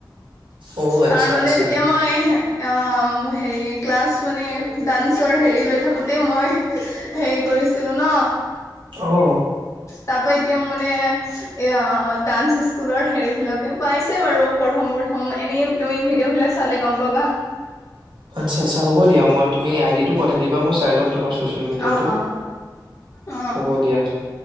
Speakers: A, on the right; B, on the left.
A: অ আচ্ছা
B: কাৰণ মানে
A: আচ্ছা
B: তেতিয়া মই অ মো হেৰি ক্লাছ। মানে ডান্সৰ হেৰি লৈ থাকোতে মই হেৰি কৰিছ ছিলো ন
A: অ
B: তাপাইত। এতিয়া মোৰ মানে এ ডান্স স্কুলৰ হেৰি বিলাকে পাইছে বাৰু প্ৰথম প্ৰথম এ এনেই তুমি ভিডিঅ' বিলাক চালে গম পাবা।
A: আচ্ছা আচ্ছা হ'ব দিয়া মই তুমি আই ডি টো পঠাই দিবা মই চাই ল'ম। তোমাৰ চচিয়েল মিডিয়াটো
B: অ অ অ
A: হব দিয়া।